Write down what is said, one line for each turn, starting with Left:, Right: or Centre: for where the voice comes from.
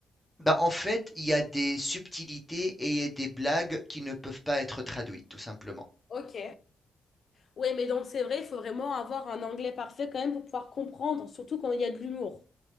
Centre: Ben, en fait, il y a des subtilités et des blagues qui ne peuvent pas être traduites, tout simplement.
Left: Ok. Oui, mais donc c'est vrai, il faut vraiment avoir un anglais parfait quand même pour pouvoir comprendre, surtout quand il y a de l'humour.